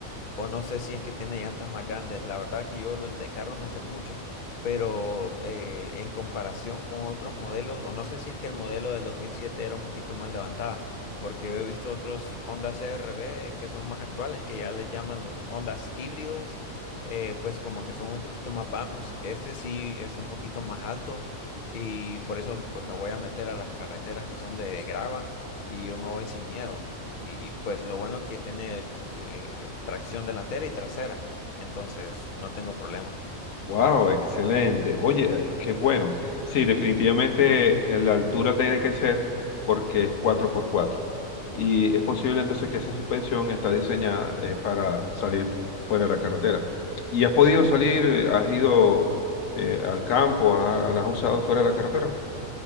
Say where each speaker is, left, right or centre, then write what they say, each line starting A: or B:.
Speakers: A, on the left; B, on the left.
A: O no sé si es que tiene llantas más grandes. La verdad que yo lo de carros no sé mucho. Pero eh, en comparación con otros modelos, o no sé si es que el modelo del 2007 era un poquito más levantada, porque he visto otros Honda CRV que son más actuales, que ya les llaman los Hondas híbridos, eh, pues como que son un poquito más bajos. Este sí es un poquito más alto y por eso pues me voy a meter a las carreteras que son de grava y yo me voy sin miedo. Y pues lo bueno que tiene eh, tracción delantera y trasera. Entonces no tengo problema.
B: Wow, excelente. Oye, eh, qué bueno. Sí, definitivamente eh, la altura tiene que ser porque es cuatro por cuatro Y es posible entonces que esa suspensión está diseñada eh, para salir fuera de la carretera. ¿Y has podido salir? eh, ¿Has ido eh, al campo? ¿Ha- ¿La has usado fuera de la carretera?